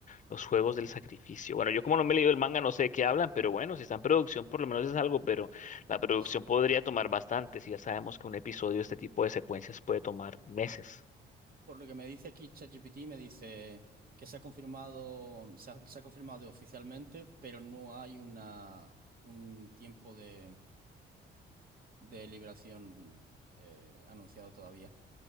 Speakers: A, on the left (about 40°); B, on the right (about 45°).
A: los juegos del sacrificio. Bueno, yo como no me he leído el manga, no sé de qué hablan, pero bueno, si está en producción, por lo menos es algo, pero la producción
B: Sí.
A: podría tomar bastante, si ya sabemos que un episodio de este tipo de secuencias puede tomar meses.
B: Por lo que me dice aquí ChatGPT, me dice que se ha confirmado, se ha, se ha confirmado oficialmente, pero no hay una, un tiempo de, de liberación eh, anunciado todavía.